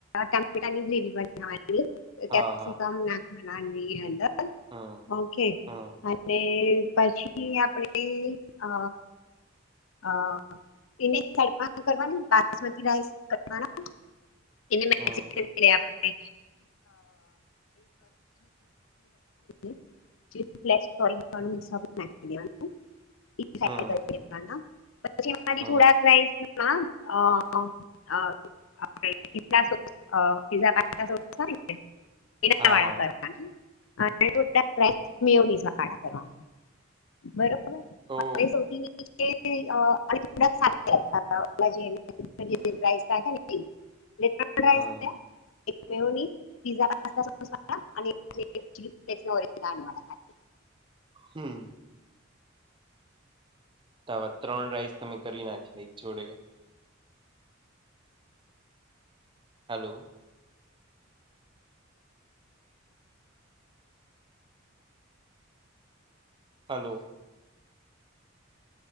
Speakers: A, on the left; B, on the right.
A: ટમેટાની ગ્રેવી બનાવાની,
B: હા
A: કેપસિકમ ના આની અંદર.
B: હા.
A: ઓકે,
B: હમ
A: અને પછી આપણે અ હા, એને સાઈડ મા કરવાની, બાસમતી રાઈસ કરવાના. એને મેને
B: હમ
A: સિક્રેટ એ આપણને <unintelligible> <unintelligible> <unintelligible> પછી
B: હમ
A: આમાં થી
B: હમ
A: થોડાસ રાઈસ હા, અ આ પો પઝના વાળ કર
B: હા
A: <unintelligible>
B: હા
A: થોડાક રાઈસ મિઓનિસ વાળા બનાવુ
B: ઓ
A: બરોબર <unintelligible> હવે સૌથી. <unintelligible> એટલે ત્રીપલ રાઈસ
B: હમ
A: થયા. એક મિયોની, પીઝા પાસ્તા સોસવાળા, અને એક ચીલી ફ્લેક્સ ઓરેગાનો વાળા.
B: હમ્મ તો આવા ત્રણ રાઈસ તમે કરી નાખી, એક જોડે. હેલો. હેલો.